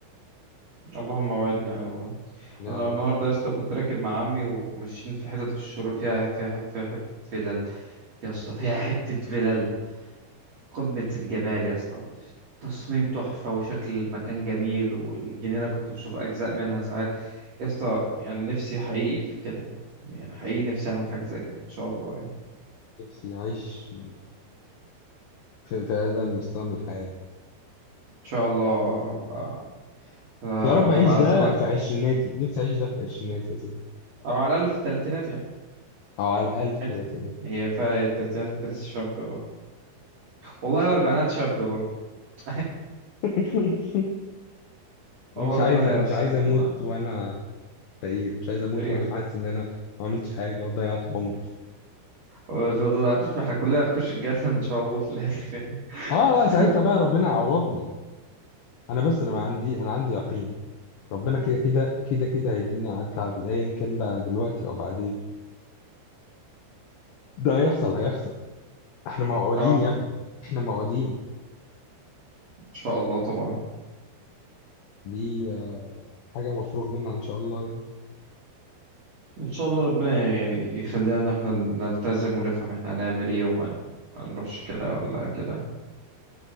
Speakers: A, on the right; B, on the left.
A: اللهم وعدنا يا الله
B: يا
A: أنا
B: رب
A: النهاردة يا اسطى كنت راكب مع عمي وماشيين في حتت في الشروق فيها فيها في حتة فلل يا اسطى فيها حتة فلل قمة الجمال يا اسطى تصميم تحفة وشكل المكان جميل والجنينة كنت بشوف أجزاء منها ساعات يا اسطى يعني نفسي حقيقي في كده يعني حقيقي نفسي أعمل حاجة زي كده إن شاء الله يعني.
B: نفسي أعيش في, في هذا المستوى من الحياة
A: ان شاء الله هبقى ه-
B: يا رب أعيش
A: هبقى اعزمك
B: ده في عشريناتي نفسي أعيش ده في عشريناتي يا سيدي
A: او على الاقل في الثلاثينات يعني
B: أو على الأقل في
A: عادي
B: تلاتيناتي
A: هي في الثلاثينات انت لسه شاب برضه والله واربعينات شاب برضه <laughs>
B: <laughs> مش
A: هو ربنا
B: عايز مش
A: ييسر
B: عايز أموت
A: لنا
B: وأنا فقير مش عايز أموت
A: خير
B: وأنا حاسس إن أنا ما عملتش حاجة وضيعت عمري
A: ما تضيعتوش ما احنا كلنا هنخش الجنه ان شاء الله في الاخر
B: آه
A: <laughs>
B: لا ساعتها بقى ربنا يعوضني أنا بس أنا ما عندي أنا عندي يقين ربنا كده كده كده كده هيدينا على التعب ايا كان بقى دلوقتي او بعدين ده هيحصل هيحصل احنا موعودين
A: اه
B: يا ابني احنا موعودين
A: ان شاء الله طبعا
B: دي آه، حاجه مفروغ منها ان شاء الله يعني
A: ان شاء الله ربنا يعني يخلينا ان احنا نلتزم ونفهم احنا هنعمل ايه وما ن- ما نروحش كده ولا كده